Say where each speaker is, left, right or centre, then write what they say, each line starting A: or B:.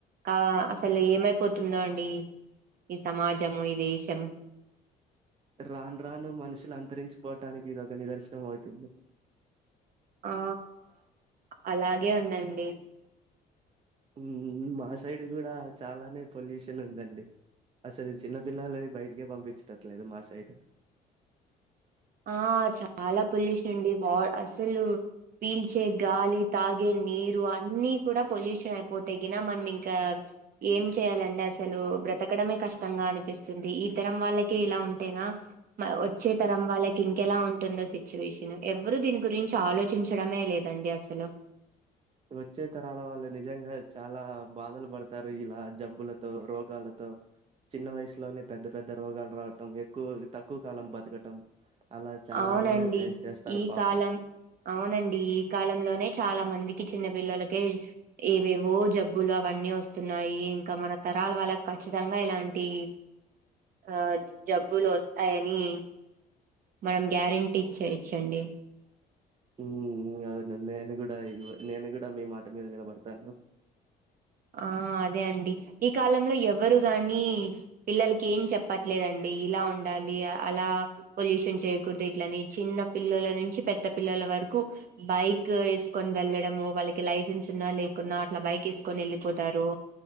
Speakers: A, on the right (about 60°); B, on the right (about 35°).
A: కా అసలు ఏమైపోతుందో అండి ఈ సమాజము ఈ దేశం
B: రాను రాను మనుషులు అంతరించు పోవటానికి ఇది ఒక నిదర్శనం అవుతుంది
A: ఆ అలాగే ఉందండి
B: మ్మ్ మా సైడ్ కూడా చాలానే పొల్యూషన్ ఉందండి అసలు ఈ చిన్న పిల్లలని బయటికే పంపించటట్లేదు మా సైడ్
A: ఆ చాలా పొల్యూషన్ అండి వార్ అసలు పీల్చే గాలి తాగే నీరు అన్నిీ కూడా పొల్యూషన్ అయిపోతేగిన మనం ఇంకా ఏం చేయాలండి అసలు బ్రతకడమే కష్టంగా అనిపిస్తుంది ఈతరం వాళ్ళకే ఇలా ఉంటేనా వచ్చే తరం వాళ్ళకి ఇంకెలా ఉంటుందో సిచ్యువేషన్ ఎవరు దీని గురించి ఆలోచించడమే లేదండి అసలు
B: వచ్చే తరాల వాళ్ళు నిజంగా చాలా బాధలు పడతారు ఇలా జబ్బులతో రోగాలతో చిన్న వయసులోనే పెద్ద పెద్ద రోగాలు రావటం ఎక్కువ తక్కువ కాలం బతకటం అలా చాలానే
A: అవునండి
B: ఫేస్ చేస్తారు
A: ఈ
B: పాపం
A: కాలం అవునండి ఈ కాలంలోనే చాలా మందికి చిన్న పిల్లలకే ఏవేవో జబ్ బలు అవన్నీ వస్తున్నాయి ఇంకా మన తరాల వాళ్ళకి కచ్చితంగా ఇలాంటి ఆ జబ్బులు వస్తాయని మనం గ్యారెంటీ ఇచ్చేయచ్చండి
B: ఉమ్ అవును నేను గూడా నేను కూడా మీ మాట మీద నిలబడతాను
A: ఆ అదే అండి ఈ కాలంలో ఎవరు గాని పిల్లలకి ఏం చెప్పట్లేదండి ఇలా ఉ ఉండాలి అలా పొల్యూషన్ చేయకూడదు ఇట్లని చిన్న పిల్లల నుంచి పెద్ద పిల్లల వరకు బైక్ వేసుకొని వెళ్ళడము వాళ్ళకి లైసెన్స్ ఉన్నా లేకున్నా అట్లా బైక్ వేసు కొని వెళ్ళిపోతారు